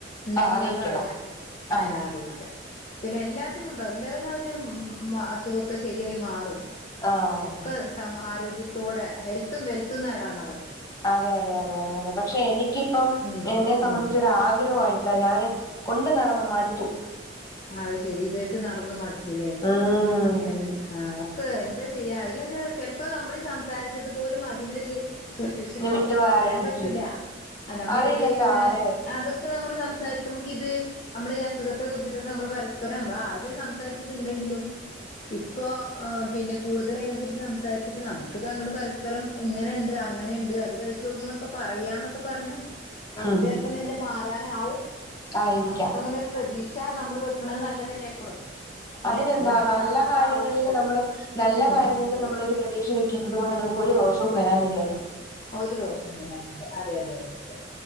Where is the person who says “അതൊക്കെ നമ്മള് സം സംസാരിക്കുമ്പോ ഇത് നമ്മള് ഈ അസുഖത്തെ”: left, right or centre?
Left